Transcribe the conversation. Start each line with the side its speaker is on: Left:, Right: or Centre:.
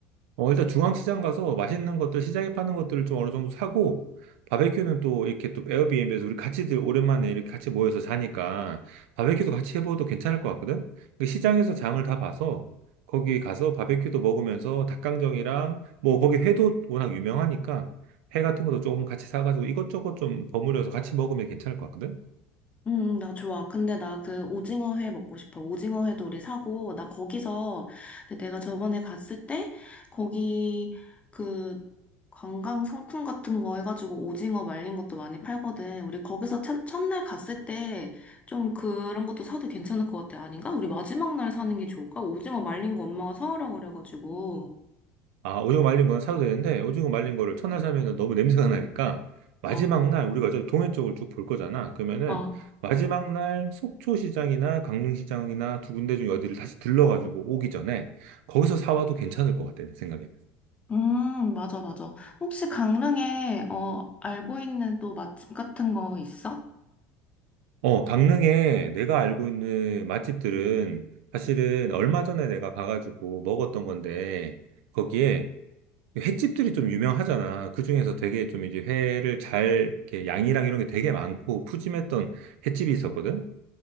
Right: 어, 일단 중앙시장 가서 맛있는 것들, 시장에 파는 것들을 좀 어느 정도 사고, 바베큐는 또 이렇게 또 에어비앤비에서 우리 같이들 오랜만에 이렇게 같이 모여서 자니까, 바베큐도 같이 해봐도 괜찮을 것 같거든? 그 시장에서 장을 다 봐서, 거기 가서 바베큐도 먹으면서 닭강정이랑, 뭐 거기 회도 워낙 유명하니까, 회 같은 것도 조금 같이 사가지고 이것저것 좀 버무려서 같이 먹으면 괜찮을 것 같거든?
Left: 음, 나 좋아. 근데 나 그 오징어 회 먹고 싶어. 오징어 회도 우리 사고, 나 거기서, 근데 내가 저번에 갔을 때, 거기 그 관광 상품 같은 거 해가지고 오징어 말린 것도 많이 팔거든. 우리 거기서 첫, 첫날 갔을 때 좀 그런 것도 사도 괜찮을 것 같아. 아닌가? 우리 마지막 날 사는 게 좋을까? 오징어 말린 거 엄마가 사오라고 그래가지고.
Right: 아, 오징어 말린 건 사도 되는데, 오징어 말린 거를 첫날 사면은 너무 냄새가 나니까, 마지막
Left: 어,
Right: 날, 우리가 저 동해 쪽을 쭉 볼 거잖아. 그러면은,
Left: 어.
Right: 마지막 날 속초시장이나 강릉시장이나 두 군데 중에 어디를 다시 들러가지고 오기 전에, 거기서 사와도 괜찮을 것 같아, 내 생각에는.
Left: 음, 맞아, 맞아. 혹시 강릉에, 어, 알고 있는 또 맛집 같은 거 있어?
Right: 어, 강릉에 내가 알고 있는 맛집들은, 사실은 얼마 전에 내가 가가지고 먹었던 건데, 거기에 횟집들이 좀 유명하잖아. 그중에서 되게 좀 이제 회를 잘, 이렇게 양이랑 이런 게 되게 많고 푸짐했던 횟집이 있었거든.